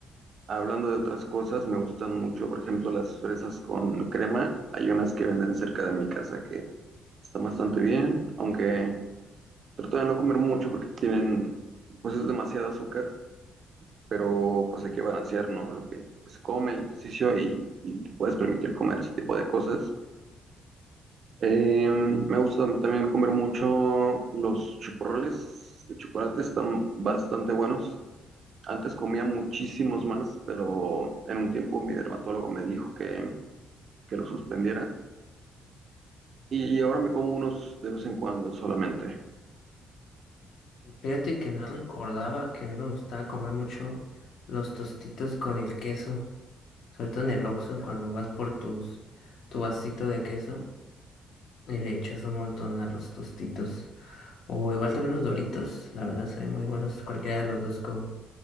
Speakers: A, on the right; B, on the left.
A: Hablando de otras cosas, me gustan mucho, por ejemplo, las fresas con crema. Hay unas que venden cerca de mi casa que están bastante bien, aunque Trato de no comer mucho porque tienen, pues es demasiado azúcar, pero pues hay que balancear, ¿no? Lo que, lo que se come, el ejercicio y, y te puedes permitir comer ese tipo de cosas. Eh, me gusta también comer mucho los chocorroles de chocolate, están bastante buenos. Antes comía muchísimos más, pero en un tiempo mi dermatólogo me dijo que, que lo suspendiera y ahora me como unos de vez en cuando solamente.
B: Fíjate que no recordaba que a mí me gustaba comer mucho los tostitos con el queso, sobre todo en el Oxxo cuando vas por tus tu vasito de queso y le echas un montón a los tostitos. O igual también los Doritos, la verdad son muy buenos cualquiera de los dos con,